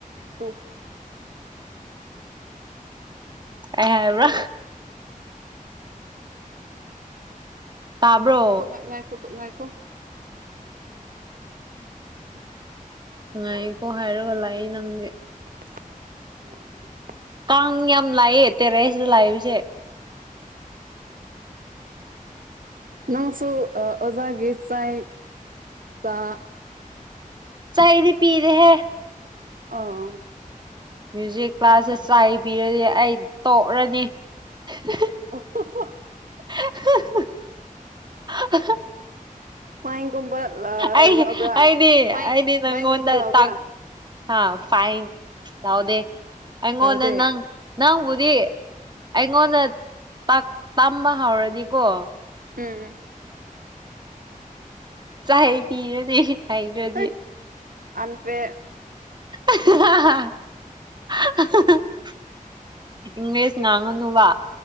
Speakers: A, on the right; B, on the right.
A: ꯇꯣ
B: ꯑꯩ ꯍꯥꯢꯕ꯭ꯔꯥ ꯇꯥꯕ꯭ꯔꯣ
A: ꯈꯣ ꯉꯥꯢꯍꯥꯛ ꯉꯥꯢꯈꯣ ꯉꯥꯏꯈꯣ ꯎꯝ <unintelligible>
B: ꯉꯥꯏꯀꯣ ꯍꯥꯏꯔꯒꯂ ꯑꯩ ꯅꯪꯒ
A: <unintelligible>
B: ꯀꯥꯡ ꯌꯥꯝ ꯂꯥꯛꯑꯦ ꯇꯦꯔꯦꯁꯤꯗ ꯂꯥꯛꯏꯕꯁꯦ
A: ꯅꯪꯁꯨ ꯑꯣꯖꯒꯤ ꯆꯥꯛ ꯆꯥ
B: ꯆꯥ ꯑꯩꯗꯤ ꯄꯤꯔꯦꯍꯦ
A: ꯑꯥ꯫
B: ꯃ꯭ꯨꯌꯖꯤꯛ ꯀ꯭ꯂꯥꯁꯦ <unintelligible> ꯇꯤꯔꯗꯤ ꯑꯩ ꯇꯣꯛꯔꯥꯅꯤ <unintelligible>
A: <unintelligible>
B: <unintelligible> <unintelligible>
A: ꯐꯥꯏꯟꯒꯨꯝꯕ ꯑ
B: ꯑꯩ
A: ꯂꯧꯕ꯭ꯔꯥ
B: ꯑꯩꯗꯤ
A: ꯐꯥꯏꯟ
B: ꯑꯩꯗꯤ ꯅꯪꯉꯣꯟꯗ
A: ꯐꯥꯏꯟꯏꯒꯨꯝꯕ ꯂꯕ꯭ꯔꯥ꯫
B: ꯇꯥꯛ <unintelligible> ꯐꯥꯏꯟ ꯂꯧꯗꯦ ꯑꯩꯉꯣꯟꯗ
A: ꯂꯧꯗꯦ
B: ꯅꯪ ꯅꯪꯕꯨꯗꯤ ꯑꯩꯉꯣꯟꯗ ꯇꯥꯛ ꯇꯝꯕ ꯍꯧꯔꯅꯤꯀꯣ꯫
A: ꯎꯝ꯫
B: ꯆꯍꯩ ꯄꯤꯔꯅꯤ ꯍꯥꯏꯇ꯭ꯔꯗꯤ꯫
A: ꯍꯩ ꯑꯟꯐꯦꯌꯔ
B: <unintelligible> ꯏꯪꯂꯤꯁ ꯉꯥꯡꯉꯅꯨꯕ꯫